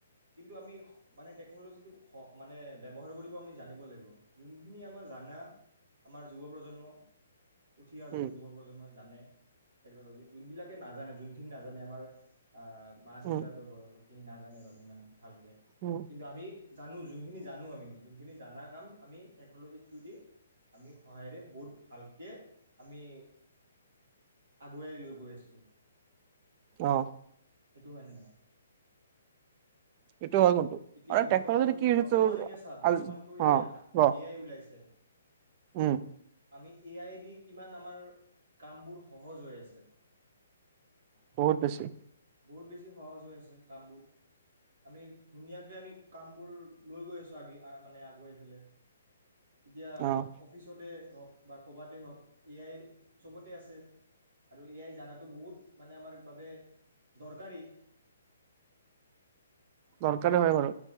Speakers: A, on the right (about 65°); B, on the right (about 35°).
A: কিন্তু আমি <unintelligible> মানে টেকন'লজিটো স মানে ব্যৱহাৰ কৰিব আমি জানিব লাগিব। জোন <unintelligible> আমাৰ জানা। আমাৰ যুৱ প্ৰজন্ম। উঠি অহা যু
B: উম
A: যুৱ প্ৰজন্মই জানে। টেকন'লজি জোনবিলাক নাজানে, জোনখিনি নাজানে আমাৰ। অ, মা দেউতাতো
B: উম
A: বয়স সি নাজানে বাৰু ইমান ভাল
B: উম,
A: কিন্তু আমি। জানো জোনখিনি জানো আমি, জোনখিনি জানা কাম আমি টেকন'লজিৰ থ্ৰু দি, আমি সহায়েৰে বহুত ভালকে, আমি আগুৱাই লৈ গৈ আছোঁ।
B: অ।
A: সেইটো হয়নে নাই
B: সেইটো হয় কিন্তু
A: এতিয়া
B: আৰু
A: বৰ্তমান,
B: টেকন'লজিটো কি হৈছে
A: বৰ্তমান
B: তোৰ
A: এতিয়া চা, বৰ্তমান
B: আজ
A: তোৰ এতিয়া
B: অ',
A: এ
B: ক
A: আই ওলাইছে।
B: উম।
A: আমি এ আই দি কিমান আমাৰ, কামবোৰ সহজ হৈ আছে।
B: বহুত বেছি।
A: বহুত বেছি সহজ হৈ আছে কামবোৰ। আমি ধুনীয়াকে আমি কামবোৰ লৈ গৈ আছোঁ আগে আ মানে আগুৱাই পেলে। এতিয়া,
B: অ',
A: অফিচতে হওঁক। বা ক'বাতে হওঁক। এ আই চবতে আছে আৰু এ আই জানাতো বহুত মানে আমাৰ বাবে দৰকাৰী।
B: দৰকাৰী হয় বাৰু,